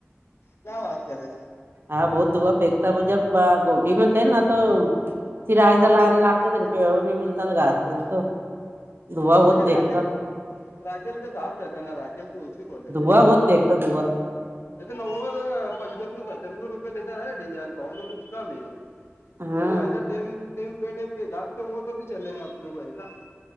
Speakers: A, on the left; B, on the right.
A: क्या बात कर रहे?
B: हा बहोत धूवा फेकता, मै जब गोटी मे थे ना तो चिराग
A: हाँ
B: जला ला. कूछ रुपया और नही मिलता, तो घासतो धुवा बहुत
A: बाकी
B: देखता.
A: राकेल राकेल तर साफ रहता है ना, की राकल तो उची क्वालिटी है.
B: बा बहूत फेकता धुवा
A: नवद पंनच्यानव सत्यानव रुपये लिटर है डीजल तोे कुछ कम है.
B: हाँ
A: वो ऐसा सेम सेम बेटेम के हिसाब, वो भी चले गा आपनो को ऐसा